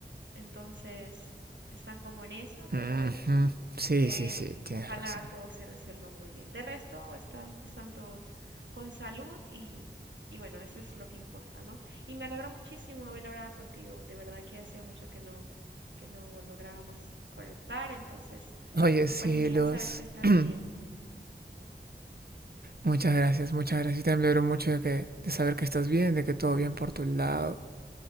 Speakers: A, on the right; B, on the right.
A: Entonces, están como en eso,
B: Ujú.
A: pero bueno.
B: Sí,
A: Eh,
B: sí, sí, tienes
A: ojalá
B: razón.
A: todo se resuelva muy bien. De resto, están, están todos con salud y, y bueno, eso es lo que importa, ¿no? Y me alegra muchísimo haber hablado contigo. De verdad que hacía mucho que no, que no lográbamos conectar, entonces,
B: Oye,
A: súper
B: sí,
A: genial
B: Luz.
A: saber que estás
B: <clears throat>
A: bien.
B: Muchas gracias, muchas gracias. Yo también me alegro mucho de que, de saber que estás bien, de que todo bien por tu lado.